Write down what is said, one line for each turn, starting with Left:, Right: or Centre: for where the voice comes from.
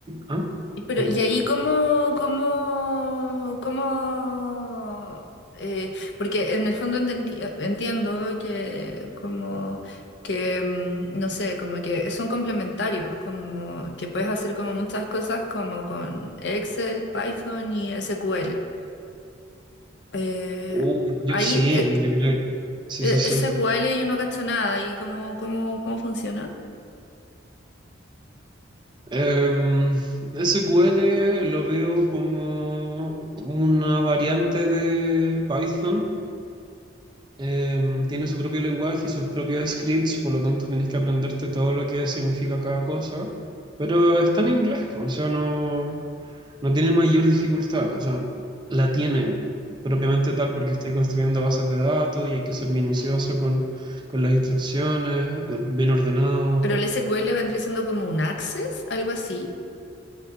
Right: ¿Ah?
Left: Pero,
Right: Cuéntame.
Left: ¿y ahí cómo, cómo, cómo, eh, porque en el fondo entendí- entiendo que como que, mm, no sé, como que son complementarios, como que puedes hacer como muchas cosas como con Excel, Python y SQL. Eh,
Right: Uh, yo
Left: ahí,
Right: sí,
Left: eh,
Right: yo creo. Sí,
Left: eh,
Right: sí, sí.
Left: SQL yo no cacho nada, ¿y cómo, cómo, cómo funciona?
Right: Em, SQL lo veo como una variante de Python. Em, tiene su propio lenguaje y sus propios scripts, por lo tanto tenés que aprenderte todo lo que significa cada cosa. Pero está en inglés, pues, o sea, no, no tiene mayor dificultad. O sea, la tiene propiamente tal porque estoy construyendo bases de datos y hay que ser minucioso con, con las instrucciones, y or- bien ordenado.
Left: Pero el SQL vendría siendo como un Access, algo así.